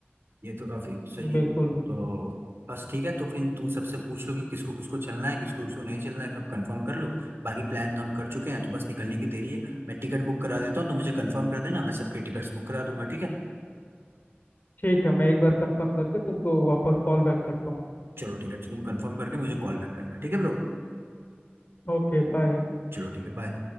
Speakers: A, on the right; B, on the left.
A: ये तो काफी सही
B: बिल्कुल
A: है
B: भी
A: तो बस ठीक है तो फिर तुम सबसे पूछ लो कि किसको किसको चलना है किसको किसको नहीं चलना है सब कंफर्म कर लो बाकी प्लान तो हम कर चुके हैं तो बस निकलने की देरी है मैं टिकट बुक करा देता हूँ तो मुझे कंफर्म कर देना मैं सबके टिकट्स बुक करा दूंगा ठीक है
B: ठीक है मैं एक बार कंफर्म करके तुमको वापस कॉल बैक करता हूँ
A: चलो ठीक है तो तुम कंफर्म करके मुझे कॉल बैक करना ठीक है ब्रो
B: Okay bye
A: चलो ठीक है बाय